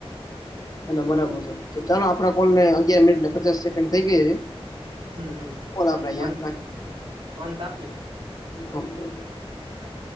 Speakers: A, on the left; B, on the right.
A: એ બરાબર છે તો ચાલો આપડા કોલ ને અગિયાર મિનિટને પચાસ સેકન્ડ થઇ ગયા છે
B: હમ હમ
A: કોલ આપણે અહીંયા
B: અંત
A: નાખીએ
B: અંત આપીએ.
A: ઓકે.
B: હ.